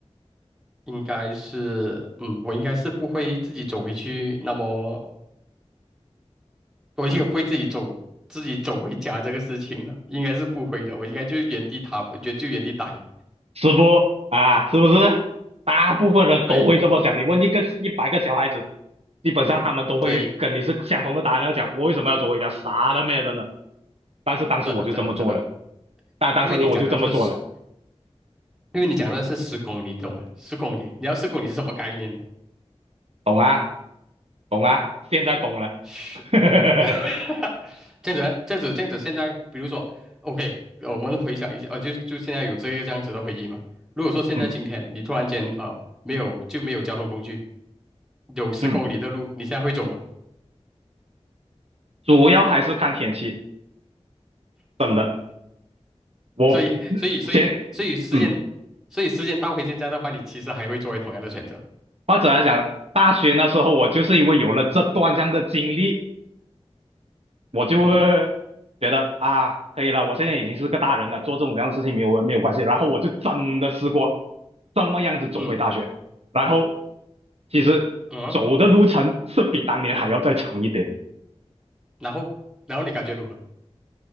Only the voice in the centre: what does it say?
应该是，嗯，我应该是不会自己走回去那么我应该不会自己走自己走回家这个事情了，应该是不会的。我应该就原地踏步，就就原地待。
对
对，
真的真的真的，
因为你讲的是十因为你讲的是十公里，你懂吗？十公里，你要十公里是什么概念吗？
是，
<laughs> 这样子呢，这样子这样子，现在比如说，OK，我们回想一下，呃，就就现在有这个这样子的回忆嘛。如果说现在今天你突然间呃没有就没有交通工具，
有十公里的路，
你现在会走吗？
所以，所以，所以，所以时间，
所以时间倒回现在的话，你其实还会作为同样的选择。
嗯哼，
嗯
嗯啊，然后，然后你感觉如何？